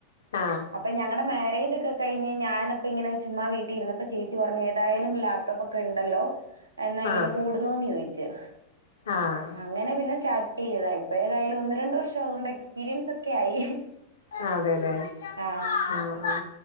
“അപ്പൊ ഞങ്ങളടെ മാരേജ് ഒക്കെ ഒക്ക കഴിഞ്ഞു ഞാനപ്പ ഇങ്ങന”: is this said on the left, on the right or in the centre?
Right